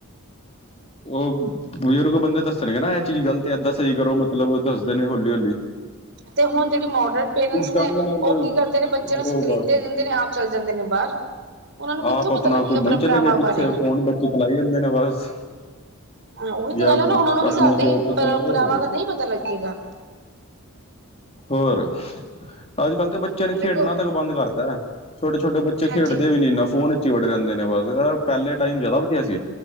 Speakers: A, on the left (about 25°); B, on the right (about 50°).
A: ਉ ਹੂ ਬਜ਼ੁਰਗ ਬੰਦੇ ਦੱਸਣਗੇ ਨਾ, ਇਹ ਚੀਜ਼ ਗਲਤ ਏ, ਏਦਾਂ ਸਹੀ ਕਰੋ ਮਤਲਬ ਦੱਸਦੇ ਨੇ ਹੌਲੀ-ਹੌਲੀ।
B: ਤੇ ਹੁਣ ਜਿਹੜੀ ਮੋਡਰਨ ਪੇਰੈਂਟਸ ਨੇ,
A: ਜਾਂਦੇ ਨਾਲ
B: ਉਹ ਕੀ ਕਰਦੇ ਨੇ, ਬੱਚਿਆਂ
A: ਉਹ
B: ਨੂੰ ਸਕ੍ਰੀਨ
A: ਬਸ
B: ਦੇ ਦਿੰਦੇ ਨੇ ਆਪ ਚੱਲ ਜਾਂਦੇ ਨੇ ਬਾਹਰ। ਉਹਨਾਂ ਨੂੰ ਕਿੱਥੋਂ
A: ਆਪ
B: ਪਤਾ
A: ਆਪਣਾ
B: ਲੱਗੇਗਾ
A: ਘੁੰਮਣ
B: ਪਰੰਪਰਾਵਾਂ
A: ਚਲੇ ਗਏ, ਪਿੱਛੇ
B: ਬਾਰੇ
A: ਫੋਨ ਬੱਚੇ ਚਲਾਈ ਜਾਂਦੇ ਨੇ ਬਸ
B: ਹਾ, ਉਹੀ
A: ਜਾਂ
B: ਤਾਂ ਗੱਲ ਹੈ ਨਾ, ਉਹ ਨੂੰ ਵੀ
A: ਆਪਣਾ
B: ਸਾਡੀ
A: ਜੋਬ ਤੇ
B: ਪਰੰਪਰਾਵਾਂ
A: ਚਲੇ ਗਏ ਹੋਰ ਕੀ
B: ਦਾ ਨਹੀਂ ਪਤਾ ਲੱਗੇਗਾ
A: ਹੋਰ ਅੱਜ ਕੱਲ੍ਹ ਤਾਂ ਬੱਚਿਆਂ
B: ਹੁਣ
A: ਨੇ ਖੇਡਣਾ
B: ਦੇਖੋ
A: ਤੱਕ ਬੰਦ ਕਰਤਾ, ਛੋਟੇ ਛੋਟੇ ਬੱਚੇ
B: ਹਾਂਜੀ
A: ਖੇਡਦੇ ਵੀ ਫੋਨ ਹੀ ਵੜੇ ਰਹਿੰਦੇ ਨੇ ਬਸ, ਪਹਿਲੇ ਟਾਈਮ ਜਿਆਦਾ ਵਧੀਆ ਸੀ,